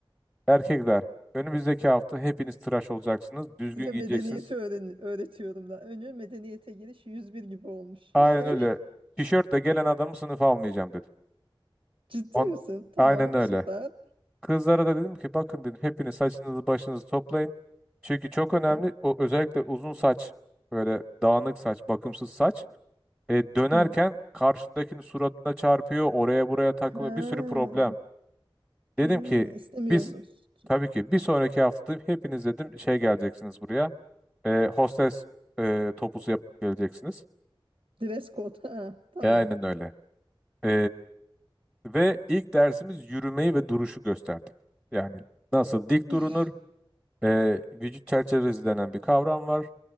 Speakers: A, in the centre; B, on the right.
A: Erkekler önümüzdeki hafta hepiniz tıraş olacaksınız. Düzgün
B: Size
A: giyeceksiniz.
B: medeniyeti öğren öğretiyorum da. Önce medeniyete giriş 101 gibi olmuş.
A: Aynen
B: Ee,
A: öyle. Tişörtle gelen adamı sınıfa almayacağım dedim.
B: ciddi
A: On,
B: misin? Tamam,
A: aynen öyle.
B: süper.
A: Kızlara da dedim ki bakın dedim hepiniz saçınızı başınızı toplayın. Çünkü çok önemli
B: Hı.
A: o özellikle uzun saç böyle dağınık saç bakımsız saç. E, dönerken
B: Hı.
A: karşındakinin suratına çarpıyor oraya buraya takılıyor
B: Ha.
A: bir sürü problem. Dedim
B: Ha,
A: ki
B: istemiyorsunuz.
A: biz tabii ki bir sonraki hafta hepiniz dedim şey geleceksiniz buraya. E, hostes e, topusu yapıp geleceksiniz.
B: Dress code. Ha, tamam.
A: E, aynen öyle. E, ve ilk dersimiz yürümeyi ve duruşu gösterdik. Yani nasıl dik
B: <laughs>
A: durunur, e, vücut çerçevesi denen bir kavram var.